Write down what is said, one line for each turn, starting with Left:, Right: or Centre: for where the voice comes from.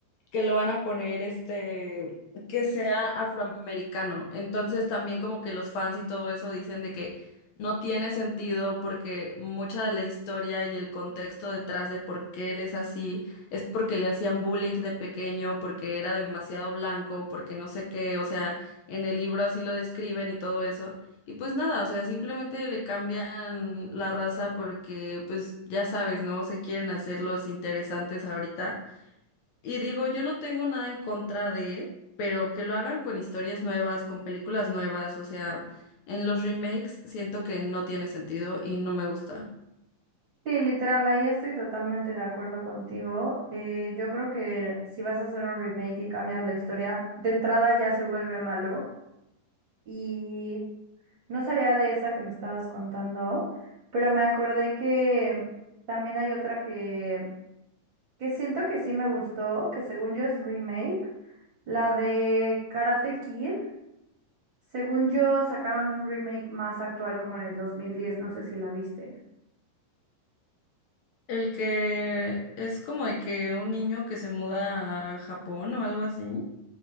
Left: que lo van a poner este, que sea afroamericano. Entonces también como que los fans y todo eso dicen de que no tiene sentido porque mucha de la historia y el contexto detrás de por qué él es así es porque le hacían bullying de pequeño, porque era demasiado blanco, porque no sé qué, o sea, en el libro así lo describen y todo eso. Y pues nada, o sea, simplemente le cambian la raza porque pues ya sabes, ¿no? Se quieren hacer los interesantes ahorita. Y digo, yo no tengo nada en contra de, pero que lo hagan con historias nuevas, con películas nuevas, o sea, en los remakes siento que no tiene sentido y no me gusta.
Right: Sí, literal, ahí estoy totalmente de acuerdo contigo. Eh, yo creo que si vas a hacer un remake y cambias la historia, de entrada ya se vuelve malo. Y no sabía de esa que me estabas contando, pero me acordé que también hay otra que que siento que sí me gustó, que según yo es remake, la de Karate Kid, según yo sacaron un remake más actual como en el dos mil diez no sé si la viste.
Left: El que es como de que un niño que se muda a Japón o algo así.